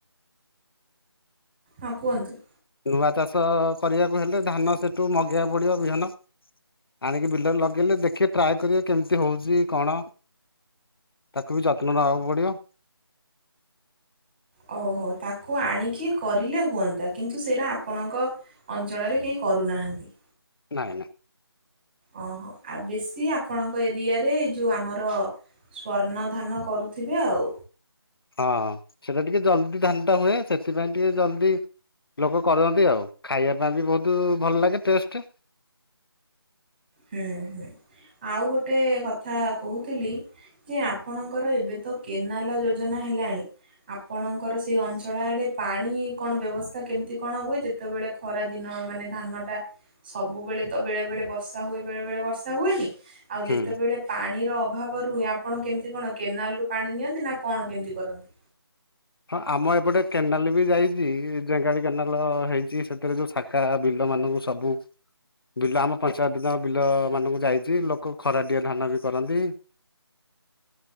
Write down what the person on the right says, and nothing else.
ହଁ କୁହନ୍ତୁ।
ଓହୋ ତାକୁ ଆଣିକି କରିଲେ ହୁଅନ୍ତା କିନ୍ତୁ ସେରା ଆପଣଙ୍କ ଅଞ୍ଚଳରେ କେହି କରୁନାହାନ୍ତି।
ଅ ହ ଆଉ ବେଶୀ ଆପଣଙ୍କ ଏରିଆରେ ଏଇ ଯୋଉ ଆମର ସ୍ଵର୍ଣ୍ଣ ଧାନ କରୁଥିବେ ଆଉ।
ହୁଁ ହୁଁ ଆଉ ଗୋଟେ କଥା କହୁଥିଲି। ଯେ ଆପଣଙ୍କର ଏବେ ତ କେନାଲ ଯୋଜନା ହେଲାଣି। ଆପଣଙ୍କର ସେଇ ଅଞ୍ଚଳ ଆଡ଼େ ପାଣି କଣ ବ୍ୟବସ୍ଥା କେମିତି କଣ ହୁଏ ଯେତେବେଳେ ଖରା ଦିନ ମାନେ ଧାନ ଟା ସବୁବେଳେ ତ ବେଳେ ବେଳେ ବ ର୍ଷା ହୁଏ ବେଳେ ବେଳେ ବର୍ଷା ହୁଏନି ଆଉ
ଯେତେବେଳେ ପାଣିର ଅଭାବ ରୁ ହୁଏ ଆପଣ କେମିତି କଣ କେନାଲ ରୁ ପାଣି ନିଅନ୍ତି ନା କଣ କେମିତି କରନ୍ତି।